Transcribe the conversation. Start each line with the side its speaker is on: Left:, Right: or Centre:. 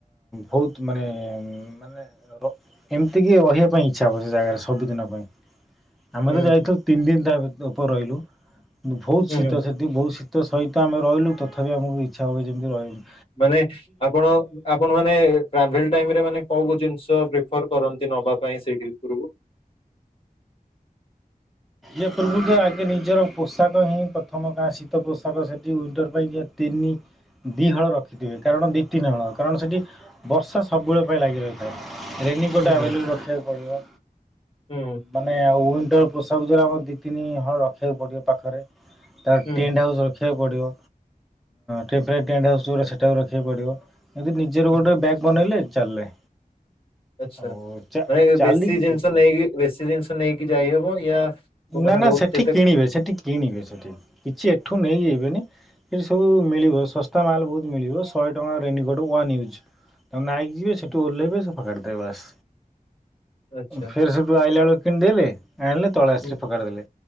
Centre: ବହୁତ ମାନେ ଏମିତି କିି ରହିବା ପାଇଁ ଇଚ୍ଛା ହବ ସେ ଜାଗାରେ ସବୁଦିନ ପାଇଁ। ଆମେ
Left: ହୁଁ
Centre: ତ ଯାଇଥିଲୁ ତିନି ଦିନ ତା ଉପରେ ରହିଲୁ ବହୁତ
Left: ହୁଁ
Centre: ଶୀତ
Left: ହୁଁ
Centre: ସେଠି ବହୁତ ଶୀତ ସହିତ ଆମେ ରହିଲୁ ତଥାପି ଆମକୁ ଇଚ୍ଛା ହୁଏ ଯେମିତି ରହିବ
Left: ମାନେ ଆପଣ ଆପଣ ମାନ ମାନେ ଟ୍ରାଭେଲ ଟାଇମ ରେ ମାନେ କୋଉ ଜିନିଷ ପ୍ରିଫର କରନ୍ତି ନବା ପାଇଁ ସେଇଠି ଉପରକୁ।
Centre: ୟା ପୂର୍ବୁ ରୁ ଯେ ଆଗେ ନିଜର ପୋଷାକ ହିଁ ପ୍ରଥମ କା ଶୀତ ପୋଷାକ ସେଠି ୱିଣ୍ଟର ପାଇଁ ଯ ତିନି ଦିଇ ହଳ ରଖିଥିବେ କାରଣ ଦି ତିନି ହଳ କାରଣ ସେଠି ବର୍ଷା ସବୁବେଳେ ପାଇଁ ଲାଗି ରହିଛି। ରେନିକୋଟ
Left: ହୁଁ
Centre: ଆଭେଲେବୁଲ
Left: ହୁଁ
Centre: ରଖିବାକୁ ପଡିବ
Left: ହୁଁ
Centre: ମାନେ ଆଉ ୱିନଟର ସବୁ ଯୌରା ଆମର ଦୁଇ ତିନି ହଳ ରଖିବାକୁ ପଡ଼ିବ ପାଖରେ ତାପ
Left: ହୁଁ
Centre: ଟେଣ୍ଟ ହାଉସ୍ ରଖ ରଖିବାକୁ ପଡ଼ିବ ଟେମ୍ପରେଟ ଟ୍ୟାଣ୍ଟ ହାଉସ ଗୋଟେ ସେଇଟା ବି ରଖିବାକୁ ପଡ଼ିବ। ଏଦି ନିଜେ ଗୋଟେ
Left: ହୁଁ
Centre: ବ୍ୟାଗ ବନେଇଲେ ଚାଲିଲେ।
Left: ଆଛା
Centre: ଓ
Left: ମାନେ
Centre: ଚା ଚାଲିକି
Left: ବେଶୀ ଜିନିଷ
Centre: ଯିବି
Left: ନେଇକି ବେଶୀ ଜିନିଷ ନେଇକି ଯାଇହବ ୟା ମାନେ
Centre: ନା ନା
Left: ବହୁତ
Centre: ସେଠି
Left: ଯେତେ
Centre: କିଣିବେ ସେଠି କିଣିବେ ସେଠି କିଛି ଏଠୁ ନେଇଯିବେନି। ଏଇଠି ସବୁ ମିଳିବ ଶସ୍ତା ମାଲ୍ ବହୁତ ମିଳିବ ଶହେ ଟଙ୍କା ରେନଗୋଡ଼୍ ୱାନ୍ ୟୁଜ୍। ତମ ନାଇକି ଯିବେ ସେଠୁ
Left: ହୁଁ,
Centre: ଓହ୍ଲାଇବେ ସେ ଫୋକାଡ଼ିଦବେ ବାସ୍।
Left: ଆଚ୍ଛା
Centre: ଫେର ସେଠୁ ଆଇଲା ବେଳକୁ କିଣିଦେଲେ ଆଣିଲେ ତଳେ ଆସିଲେ
Left: ହୁଁ
Centre: ଫପାଡିଦେଲେ